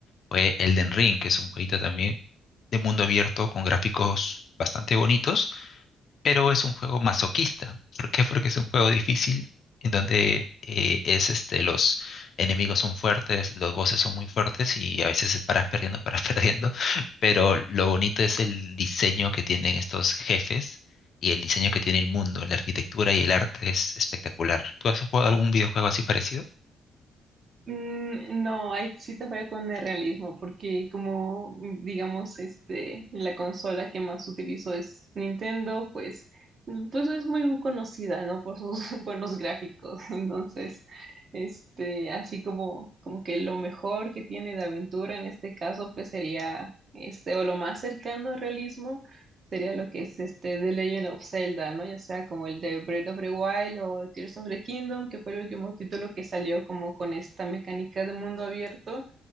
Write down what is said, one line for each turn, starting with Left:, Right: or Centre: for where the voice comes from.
Left: fue Elden Ring, que es un jueguito también de mundo abierto con gráficos bastante bonitos pero es un juego masoquista. ¿Por qué? Porque es un juego difícil en donde eh, es este, los enemigos son fuertes, los bosses son muy fuertes y a veces paras perdiendo, paras <laughs> perdiendo, pero lo bonito es el diseño que tienen estos jefes y el diseño que tiene el mundo, la arquitectura y el arte es espectacular. ¿Tú has jugado algún videojuego así parecido?
Right: Mm, No, ahí sí te falla con el realismo, porque como mm, digamos, este, la consola que más utilizo es Nintendo, pues, mm, pues no es muy conocida, ¿no? Por sus <laughs> buenos gráficos. Entonces, este, así como, como que lo mejor que tiene de aventura en este caso, pues sería este, o lo más cercano al realismo sería lo que es este The Legend of Zelda, ¿no? Ya sea como el de Breath of the Wild o Tears of the Kingdom, que fue el último título que salió como con esta mecánica de mundo abierto.